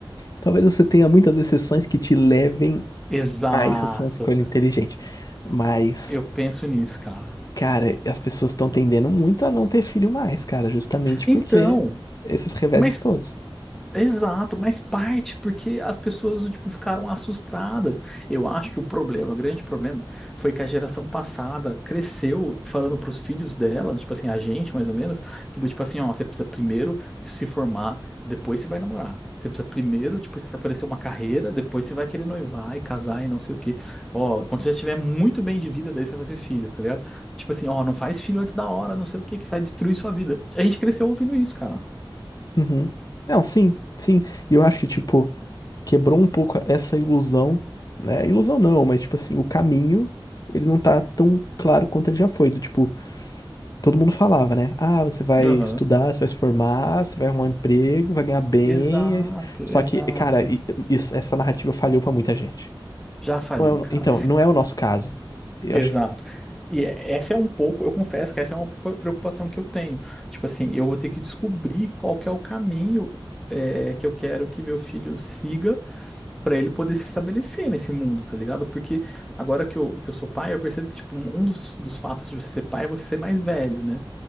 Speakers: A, on the left; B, in the centre.
A: Talvez você tenha muitas exceções que te levem
B: Exato,
A: a isso ser uma escolha inteligente. Mas,
B: eu penso nisso, cara.
A: cara, as pessoas estão tendendo muito a não ter filho mais, cara, justamente
B: Então,
A: porque esses reveses
B: mas
A: todos.
B: Exato, mas parte porque as pessoas tipo ficaram assustadas. Eu acho que o problema, o grande problema, foi que a geração passada cresceu falando para os filhos dela, tipo assim, a gente mais ou menos, que do tipo assim, ó, você precisa primeiro se formar, depois você vai namorar. Você precisa primeiro, tipo, se aparecer uma carreira, depois você vai querer noivar e casar e não sei o quê. Ó, quando você já tiver muito bem de vida, daí você vai fazer filho, tá ligado? Tipo assim, ó, não faz filho antes da hora, não sei o quê, que vai destruir sua vida. A gente cresceu ouvindo isso, cara.
A: Uhum. Não, sim, sim. E eu acho que, tipo. quebrou um pouco essa ilusão, né? Ilusão não, mas tipo assim, o caminho, ele não tá tão claro quanto ele já foi. Do tipo, todo mundo falava, né? Ah, você vai
B: Aham.
A: estudar, você vai se formar, você vai arrumar um emprego, vai ganhar bem.
B: Exato,
A: aí você- Só
B: exato.
A: que, cara, i- isso- essa narrativa falhou pra muita gente.
B: Já faliu,
A: Não é o-
B: cara.
A: então, não é o nosso caso. Eu
B: Exato.
A: acho que
B: E é- essa é um pouco, eu confesso que essa é uma preocupa- preocupação que eu tenho. Tipo assim, eu vou ter que descobrir qual que é o caminho é, que eu quero que meu filho siga para ele poder se estabelecer nesse mundo, tá ligado? Porque agora que eu, que eu sou pai, eu percebo que tipo, um dos, dos fatos de você ser pai é você ser mais velho, né?